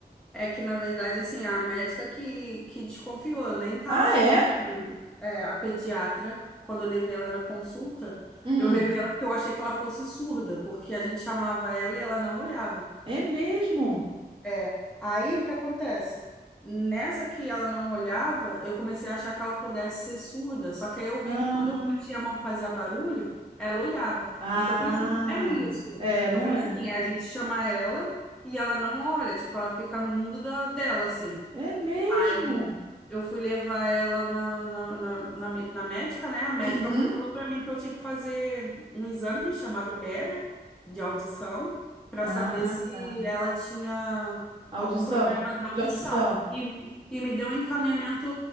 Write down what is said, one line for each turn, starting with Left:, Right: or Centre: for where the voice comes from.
Centre: é que, na verdade, assim, a médica que, que desconfiou, nem tava
Right: Ah,
Centre: desconfiando.
Right: é?
Centre: É, a pediatra, quando eu levei ela na consulta,
Right: Hum,
Centre: eu levei ela porque eu achei que ela fosse surda, porque a gente chamava ela e ela não olhava.
Right: é mesmo?
Centre: É. Aí o que acontece? Nessa que ela não olhava, eu comecei a achar que ela pudesse ser surda. Só que aí eu vi
Right: Ah,
Centre: que quando eu batia a mão e fazia barulho, ela olhava.
Right: ah,
Centre: Então eu falei assim, não é isso.
Right: é, não
Centre: Eu falei
Right: é?
Centre: assim, é a gente chamar ela e ela não olha, tipo, ela fica no mundo da, dela, assim.
Right: É mesmo?
Centre: Aí eu fui levar ela na, na, na, na, mé- na médica, né? A médica
Right: Uhum.
Centre: foi e falou para mim que eu tinha que fazer um exame chamado Bera, de audição, para
Right: Ah,
Centre: saber se
Right: tá.
Centre: ela tinha
Right: Audição.
Centre: algum problema de audição.
Right: De audição.
Centre: E, e me deu um encaminhamento